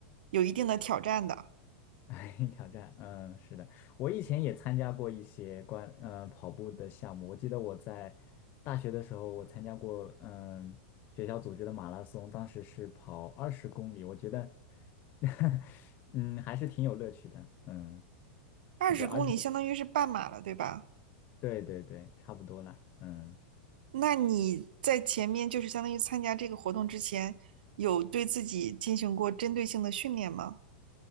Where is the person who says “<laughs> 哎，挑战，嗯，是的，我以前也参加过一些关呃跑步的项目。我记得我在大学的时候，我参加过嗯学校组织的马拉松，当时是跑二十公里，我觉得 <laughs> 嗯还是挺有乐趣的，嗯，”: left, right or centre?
Left